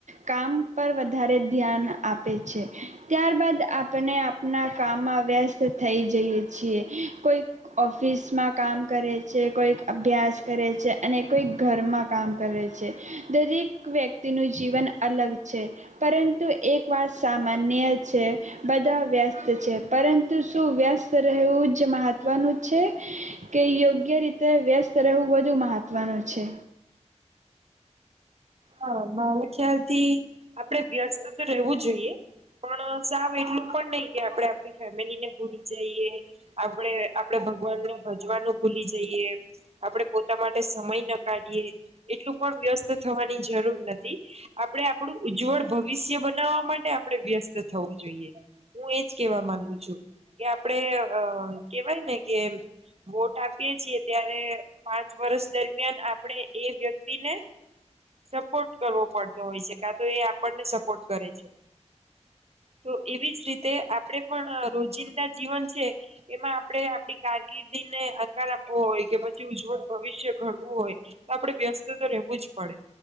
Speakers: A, on the right; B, on the right.
A: કામ પર વધારે ધ્યાન આપે છે ત્યારબાદ આપને આપના કામમાં વ્યસ્ત થઈ જઈએ છીએ કોઈક ઓફિસમાં કામ કરે છે કોઈક અભ્યાસ કરે છે અને કોઈક ઘરમાં કામ કરે છે દરેક વ્યક્તિનું જીવન અલગ છે પરંતુ એક વાત સામાન્ય છે બધા વ્યસ્ત પરંતુ શું વ્યસ્ત રહેવું જ મહત્વનું છે કે યોગ્ય રીતે વ્યસ્ત રહેવું વધુ મહાત્વનું છે.
B: હા મા ખ્યાલથી આપણે વ્યસ્ત તો રહેવું જોઈએ પણ સાવ એટલું પણ નહી કે આપણે આપણી ફેમિલી ને ભૂલી જઈએ આપણે-આપણે ભગવાનને ભજવાનું ભૂલી જઈએ આપણે પોતા માટે સમય ન કાઢીએ એટલું પણ વ્યસ્ત થવાનું જરૂર નથી આપણે આપણું ઉજ્જવળ ભવિષ્ય બનાવવા માટે આપણે વ્યસ્ત થવું જોઈએ, હું એજ કેવા માંગુ છું કે આપણે અ કેવાય ને કે વોટ આપીએ છીએ ત્યારે પાંચ વર્ષ દરમિયાન આપણે એ વ્યક્તિને સપોર્ટ કરવો પડતો હોય છે કા તો એ આપણને સપોર્ટ કરે છે. તો એવી જ રીતે આપણેે પણ રોજિંદા જીવન છે એમાં આપણે આપડી કારકિર્દીને આકાર આપવો હોય કે પછી ઉજ્જવળ ભવિષ્ય ઘડવું હોય તો આપડે વ્યસ્ત તો-તો રહેવું જ પડે